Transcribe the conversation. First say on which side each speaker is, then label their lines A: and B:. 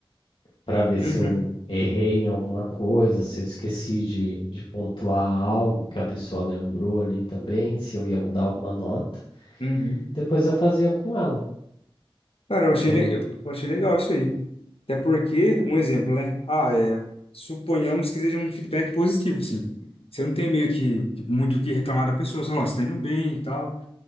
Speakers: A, on the left; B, on the left.
A: para ver
B: Uhum,
A: se eu errei em alguma coisa, se eu esqueci de, de pontuar algo que a pessoa lembrou ali também, se eu ia mudar alguma nota.
B: uhum.
A: Depois eu fazia com ela.
B: Cara, eu achei,
A: Então,
B: le- eu achei legal isso aí. Até porque, um exemplo, né? Ah, é, suponhamos que seja um feedback positivo, assim. Você não tem meio que tipo, muito o que reclamar da pessoa, você fala, "Ó, você tá indo bem e tal.